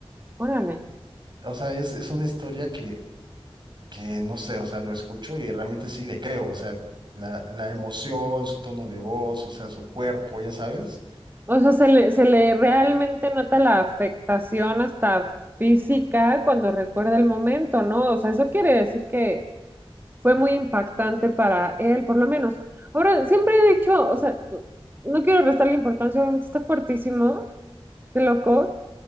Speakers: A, on the right; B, on the right.
A: Órale.
B: O sea, es, es una historia que, que no sé, o sea, lo escucho y realmente sí le creo, o sea, la, la emoción, su tono de voz, o sea, su cuerpo, ya sabes.
A: O sea, se le, se le realmente nota la afectación hasta física cuando recuerda el momento, ¿no? O sea, eso quiere decir que fue muy impactante para él, por lo menos. Ahora, siempre he dicho, o sea, no quiero restarle importancia, obviamente está fuertísimo, qué loco.